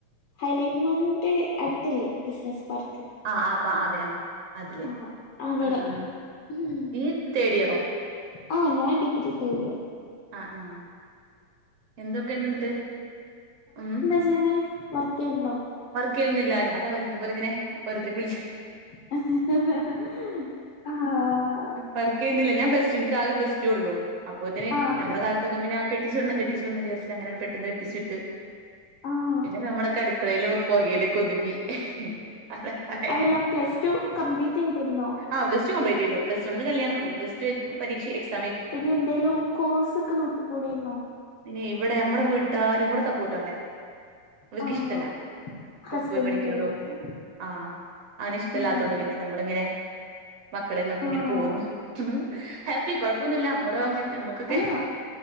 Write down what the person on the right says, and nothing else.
ആഹ് ആഹ് അപ്പ അതേ ആഹ് അതില്
ഉം ഉം
യ്യ് തേടിയറോ
ആഹ് ആഹ് എന്തൊക്കെണ്ട്ന്ന്ട്ട് ഉം
വർക്കെയ്യുന്നില്ല ഞാന് ദാ ഇതുപോലിങ്ങനെ ഓരോരുത്തർക്ക് വിളിച്ച്
വർക്കെയ്യുന്നില്ല ഞാൻ പ്ലസ്ടു ഇൻക്കാകെ പ്ലസ്ടു ഒള്ളൂ അപ്പോത്തിന്
നമ്മടെ
കാലത്ത ത്തൊക്കെ പിന്നെ കെട്ടിച്ചുവിടണം കെട്ടിച്ചു വിടണം വിചാരിച്ച് അങ്ങനെങ്ങണ്ട് പെട്ടെന്ന് കെട്ടിച്ച് വിട്ട്
പിന്നെ നമ്മളൊക്കെ അടുക്ക അടുക്കളേല് പൊകയില് ഒക്കെ ഒതുങ്ങി അതാണ്ടായെ
ആഹ് പ്ലസ്ടു കംപ്ലീറ്റെയ്തു പ്ലസ് വണ്ണീന്ന് കല്ല്യാണം പിന്നെ പ്ലസ്ടു പരീക്ഷ എക്സ്
പിന്നെ ഇവിടെ നമ്മടെ വീട്ടാരും കൂടെ സപ്പോർട്ട് വാണ്ടേ ഇവർക്കിഷ്ടല്ല
പുറത്തുപോയി പഠിക്കണതും
ആഹ് അങ്ങനെ ഇഷ്ടല്ലാത്തോണ്ട്
പിന്നെ നമ്മളിങ്ങനെ മക്കളേം നോക്കി
ഇങ്ങനെ പോവുന്നു ഹാപ്പി കൊഴപ്പൊന്നുല്ല ഞമ്മള് <unintelligible> നമ്മക്ക് ക്കൊക്കെ